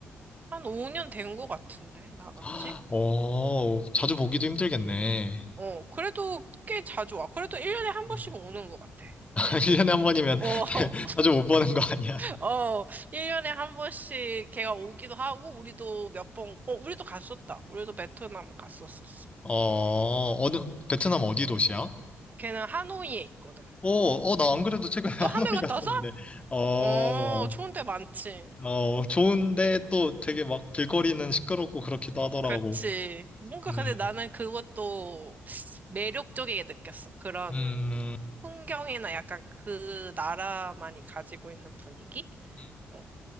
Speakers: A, on the right (about 35°); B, on the left (about 25°).
A: 한 5년 된 것 같은데, 나간
B: 아,
A: 지?
B: 어, 자주 보기도 힘들겠네.
A: 어, 그래도 꽤 자주 와. 그래도 1년에 한
B: 음.
A: 번씩은 오는 것 같아,
B: <laughs>
A: 이제.
B: 1년에 한 번이면
A: 어,
B: <laughs>
A: <laughs>
B: 자주 못 보는 거 아니야?
A: 어, 1년에 한 번씩 걔가 오기도 하고, 우리도 몇 번, 어, 우리도 갔었다. 우리도 베트남 갔었었어.
B: 어, 어느, 베트남 어디 도시야?
A: 걔는 하노이에 있거든.
B: 어, 어, 나 안 그래도 최근에 <laughs> 하노이
A: 너 하노이 갔다
B: 갔었는데,
A: 왔어?
B: 어,
A: 어, 좋은 데 많지.
B: 어, 좋은데 또 되게 막 길거리는 시끄럽고 그렇기도 하더라고.
A: 그렇지. 뭔가
B: 음,
A: 근데 나는 그것도 매력적이게 느꼈어. 그런
B: 음,
A: 풍경이나 약간 그 나라만이 가지고 있는 분위기?
B: 음,
A: 어,